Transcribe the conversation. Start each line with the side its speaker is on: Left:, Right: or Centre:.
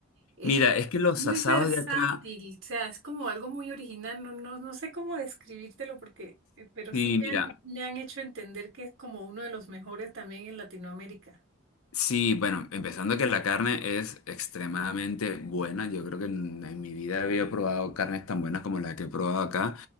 Right: Eh,
Left: Mira, es
Right: es
Left: que los
Right: muy
Left: asados
Right: versátil,
Left: de acá,
Right: o sea, es como algo muy original, no, no, no sé cómo describírtelo porque, eh, pero
Left: sí,
Right: sí
Left: mira.
Right: me han, me han hecho entender que es como uno de los mejores también en Latinoamérica.
Left: Sí, bueno, empezando que la carne es extremadamente buena. Yo creo que en, en mi vida había probado carnes tan buenas como la que he probado acá.